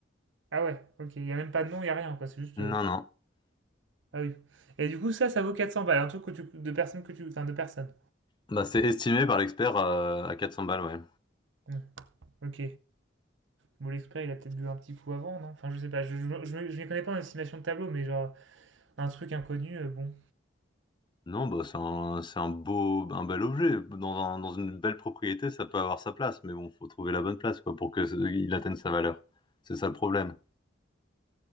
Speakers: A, on the right; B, on the left.
A: Ah ouais, ok. Il y a même pas de nom, il y a rien, quoi. C'est juste... euh,
B: Non, non.
A: Ah oui. Et du coup, ça, ça vaut 400 balles. Un truc que tu, de personnes que tu... Enfin, de personnes.
B: Bah c'est estimé par l'expert euh, à 400 balles, ouais.
A: Hmm, ok. Bon, l'expert, il a peut-être bu un petit coup avant, non? Enfin, je sais pas. Je, je, je, me- je m'y connais pas en estimation de tableau, mais genre, un truc inconnu, euh, bon.
B: Non, bah c'est un c'est un beau un bel objet. Dans un- dans une belle propriété, ça peut avoir sa place, mais bon, faut trouver la bonne place quoi pour que ce- il atteigne sa valeur. C'est ça le problème.